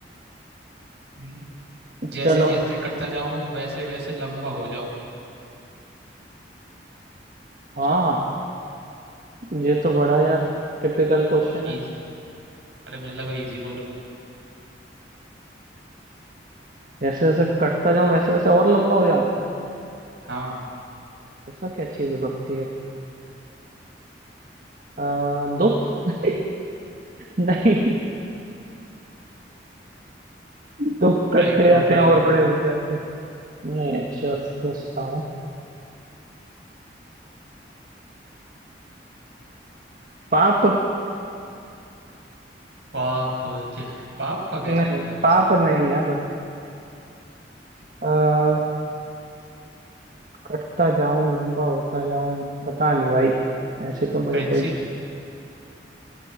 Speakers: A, on the right; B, on the right.
A: हम्म, जैसे
B: चलो
A: जैसे कटता जाऊं वैसे वैसे लंबा हो जाऊं
B: हाँ ये तो बड़ा यार टिपिकल क्वेश्चन है
A: इज अरे मुझे लगा इजी बोलोगे
B: जैसे जैसे कटता जाऊं वैसे वैसे और लंबा हो जाऊं
A: हाँ
B: ऐसा क्या चीज हो सकती है आ, दुख <laughs> नहीं दुख
A: ट्राई
B: कटते
A: करो
B: जाते
A: ट्राई
B: हैं और
A: करो
B: बड़े होते जाते हैं नहीं अच्छा सोचता हूँ पाप
A: पाप ज, पाप का कैसे
B: नहीं
A: मतलब है
B: पाप
A: इससे
B: नहीं यार आ, कटता जाऊं लंबा होता जाऊं पता नहीं भाई ऐसे तो मुझे
A: पेंसिल
B: कोई